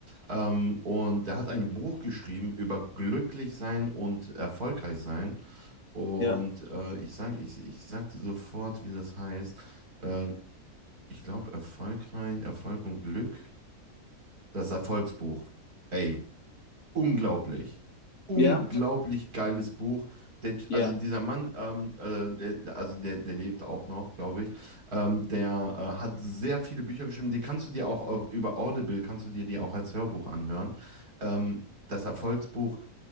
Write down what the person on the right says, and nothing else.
Ähm, und der hat ein Buch geschrieben über glücklich sein und erfolgreich sein. Und
äh, ich sage ich, ich sag dir sofort, wie das heißt. Äh, ich glaube, erfolgreich, Erfolg und Glück. Das Erfolgsbuch. Ey, Unglaublich. Unglaublich
geiles Buch. Der,
also dieser Mann, ähm, äh, der, also der, der lebt auch noch, glaube ich. Ähm, der äh, hat sehr viele Bücher geschrieben. Die kannst du dir auch auf, über Audible, kannst du dir die auch als Hörbuch anhören. Ähm, das Erfolgsbuch,